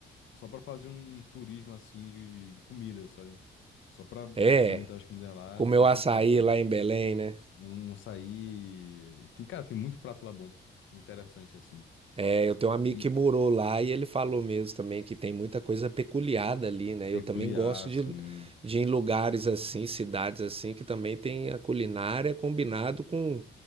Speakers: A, on the left; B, on the right.
A: só pra fazer um um turismo assim de, de de comida, sabe? Só pra
B: É,
A: experimentar as comidas lá
B: comeu
A: e depois
B: açaí
A: voltar, sabe?
B: lá em Belém, né?
A: Um, um sair. Tem, cara, tem muito prato lá bom. Interessante, assim.
B: É, eu tenho um amigo
A: E
B: que morou lá e ele falou mesmo também que tem muita coisa peculiar ali, né?
A: peculiar,
B: Eu também gosto
A: assim.
B: de, de ir em lugares assim, cidades assim, que também tem a culinária combinado com,